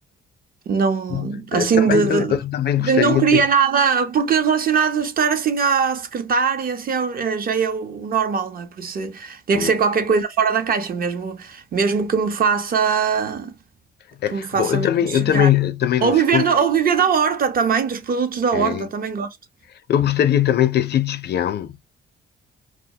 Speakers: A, on the right; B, on the left.
A: Não,
B: Bom,
A: assim,
B: Eh, Também,
A: de, de-
B: eu, eu também gostaria
A: de não queria
B: de ter.
A: nada, porque relacionado a estar assim à secretária, assim é o- é- já é o normal, não é? Por isso tinha
B: Pois.
A: que ser qualquer coisa fora da caixa, mesmo, mesmo que me faça,
B: É,
A: que me faça
B: bom, eu
A: mesmo
B: também,
A: sonhar.
B: eu também, eh, também
A: Ou
B: não escondo.
A: viver, da- ou viver da horta também, dos produtos da
B: é,
A: horta, também gosto.
B: eu gostaria também de ter sido espião.